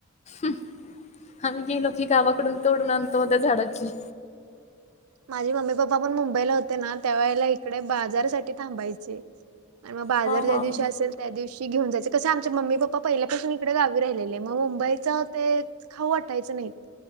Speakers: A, on the left (about 30°); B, on the right (about 85°).
A: आम्ही गेलो की गावाकडून तोडून आणतो मग त्या झाडाची
B: माझी मम्मी पप्पा पण मुंबईला होते ना त्या वेळेला इकडे बाजारासाठी थांबायचे आणि मग बाजार
A: हा
B: ज्या
A: हा
B: दिवशी
A: हा
B: असेल त्या दिवशी घेऊन जायचे कसे आमचे मम्मी पप्पा पहिल्यापासून इकडे गावी राहिलेले मग मुंबईच ते खाऊ वाटायचं नाहीत